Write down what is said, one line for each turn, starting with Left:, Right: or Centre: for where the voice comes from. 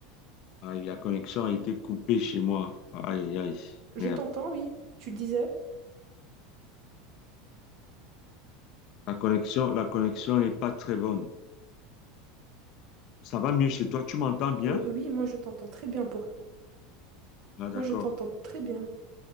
Left: Aïe, la connexion a été coupée chez moi. Aïe, aïe,
Right: Je
Left: merde.
Right: t'entends, oui. Tu disais?
Left: La connexion, la connexion n'est pas très bonne. Ça va mieux chez toi? Tu m'entends bien?
Right: Euh, oui, moi je t'entends très bien pour toi.
Left: Ah, d'accord.
Right: Moi je t'entends très bien.